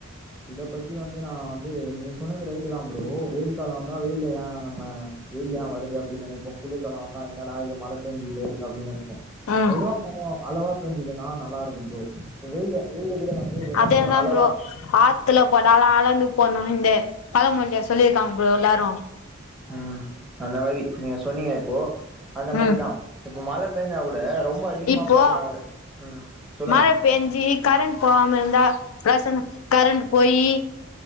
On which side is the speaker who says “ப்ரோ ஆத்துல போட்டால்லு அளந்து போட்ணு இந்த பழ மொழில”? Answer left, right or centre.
Left